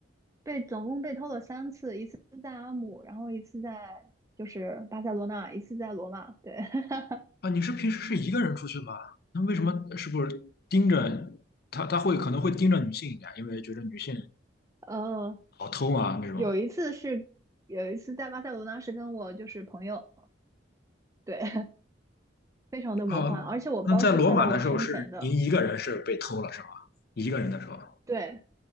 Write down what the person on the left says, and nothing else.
<laughs> 啊，你是平时是一个人出去吗？那为什么是不是盯着他？他会可能会盯着女性一点，因为觉得女性
好偷啊那种。
啊，
那在罗马的时候是您一个人是被偷了是吧？一个人的时候，